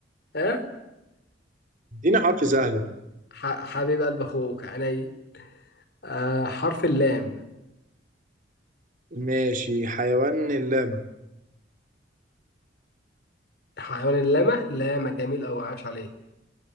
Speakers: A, on the left (about 60°); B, on the right (about 45°).
A: ها
B: ادينا حرف سهل بقى
A: ح- حبيب قلب اخوك عيني آه حرف اللام
B: ماشي حيوان اللاما
A: حيوان اللامة لامة جميل اوي عاش عليك